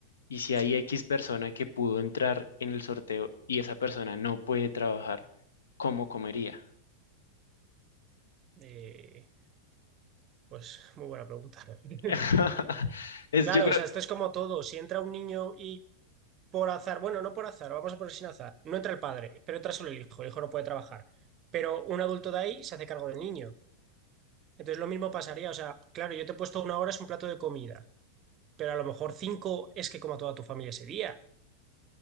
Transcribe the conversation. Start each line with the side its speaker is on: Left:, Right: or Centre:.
Left: y si hay
Right: Sí.
Left: X persona que pudo entrar en el sorteo y esa persona no puede trabajar, ¿cómo comería?
Right: Eh, pues muy buena pregunta. <laughs>
Left: <laughs> Es,
Right: Claro,
Left: yo creo,
Right: o sea, esto es como todo. Si entra un niño y por azar, bueno, no por azar, vamos a poner sin azar, no entra el padre, pero entra solo el hijo, el hijo no puede trabajar, pero un adulto de ahí se hace cargo del niño. Entonces lo mismo pasaría, o sea, claro, yo te he puesto una hora es un plato de comida, pero a lo mejor cinco es que coma toda tu familia ese día,